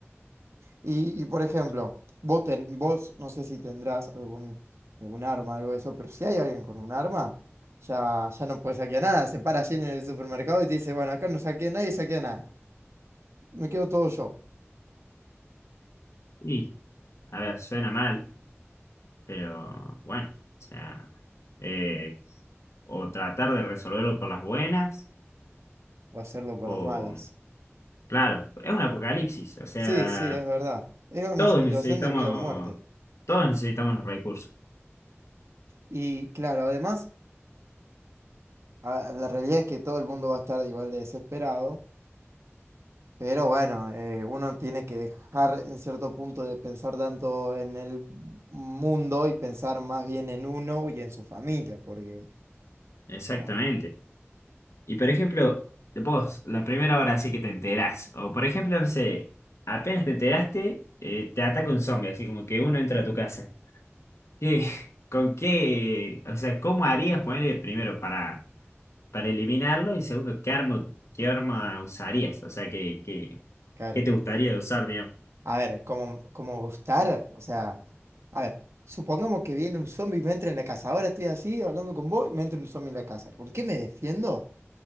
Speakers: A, on the right; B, on the left.
A: Y, y, por ejemplo, vos, ten- vos no sé si tendrás algún, algún arma, algo de eso, pero si hay alguien con un arma, ya, ya no puede saquear nada. Se para allí en el supermercado y te dice, bueno, acá no saquea nadie, saquea nada. Me quedo todo yo.
B: Y, a ver, suena mal, pero bueno, o sea, eh, o tratar de resolverlo por las buenas,
A: O hacerlo por
B: o,
A: las malas.
B: claro, es un apocalipsis, o sea,
A: Sí, sí, es verdad. Es una
B: todos
A: situación
B: necesitamos,
A: de vida o muerte.
B: todos necesitamos los recursos.
A: Y claro, además, a- la realidad es que todo el mundo va a estar igual de desesperado. Pero bueno, eh, uno tiene que dejar en cierto punto de pensar tanto en el mundo y pensar más bien en uno y en su familia, porque,
B: Exactamente.
A: como,
B: Y por ejemplo, vos, la primera hora así que te enterás, o por ejemplo, no sé, apenas te enteraste, eh, te ataca un zombie, así como que uno entra a tu casa. ¿Qué, <laughs> con qué, o sea, cómo harías ponerle primero para, para eliminarlo y segundo, qué arma, qué arma usarías? O sea, qué, qué,
A: claro,
B: qué te gustaría usar, digamos.
A: a ver, como, como gustar, o sea, a ver, supongamos que viene un zombie y me entra en la casa, ahora estoy así hablando con vos y me entra un zombie en la casa, ¿con qué me defiendo?